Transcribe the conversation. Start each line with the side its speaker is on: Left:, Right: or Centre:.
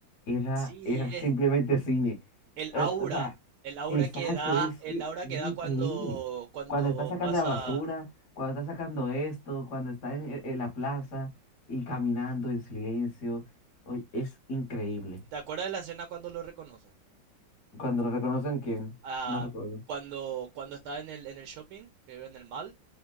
Left: Era,
Right: Sí,
Left: era
Right: es
Left: simplemente cine.
Right: el
Left: Eh,
Right: aura,
Left: o sea,
Right: el aura
Left: exacto,
Right: que da,
Left: es
Right: el
Left: que
Right: aura
Left: era
Right: que da
Left: increíble.
Right: cuando, cuando
Left: Cuando está sacando
Right: pasa.
Left: la basura, cuando está sacando esto, cuando está en, e, en la plaza y caminando en silencio, oye, es increíble.
Right: ¿Te acuerdas de la escena cuando lo reconocen?
Left: Cuando lo reconocen, ¿quién?
Right: Ah,
Left: No recuerdo.
Right: cuando, cuando está en el, en el shopping, que en el mall,